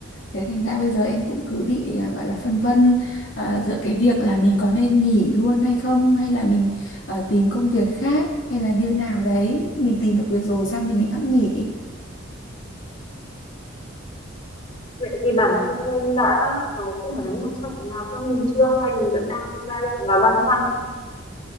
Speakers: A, on the left (about 70°); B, on the left (about 30°).
A: thế thành ra bây giờ em cũng cứ bị à, gọi là phân vân à, giữa cái việc là mình có nên nghỉ luôn hay không hay là mình ờ, tìm công việc khác hay là như nào đấy mình tìm được việc rồi xong thì mình hẵng nghỉ
B: vậy thì bản thân em đã có phương án lựa chọn nào cho mình chưa hay mình vẫn đang trong giai đoạn là băn khoăn